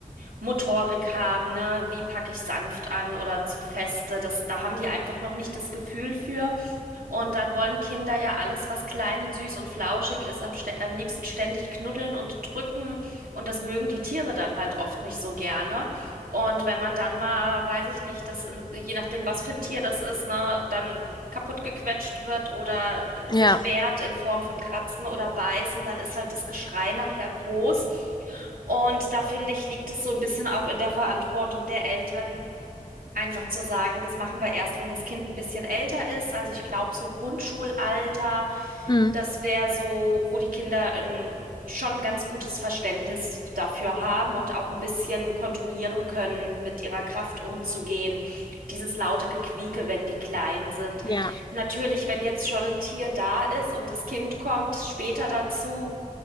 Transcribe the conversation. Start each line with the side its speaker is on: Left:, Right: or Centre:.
Right: Motorik haben, ne? Wie packe ich sanft an oder zu feste? Das, da haben die einfach noch nicht das Gefühl für. Und dann wollen Kinder ja alles, was klein und süß und flauschig ist, am, ste- am liebsten ständig knuddeln und drücken. Und das mögen die Tiere dann halt oft nicht so gerne. Und wenn man dann mal, weiß ich nicht, das, in- je nachdem, was für ein Tier das ist, ne, dann kaputt gequetscht wird oder äh,
Left: ja.
Right: sich wehrt in Form von Kratzen oder Beißen, dann ist halt das Geschrei nachher groß. Und da finde ich, liegt es so ein bisschen auch in der Verantwortung der Eltern, Einfach zu sagen, das machen wir erst, wenn das Kind ein bisschen älter ist. Also ich glaube, so Grundschulalter,
Left: Hm.
Right: das wäre so, wo die Kinder ähm, schon ein ganz gutes Verständnis dafür haben und auch ein bisschen kontrollieren können, mit ihrer Kraft umzugehen. Dieses laute Gequieke, wenn die klein sind.
Left: Ja,
Right: Natürlich, wenn jetzt schon ein Tier da ist und das Kind kommt später dazu,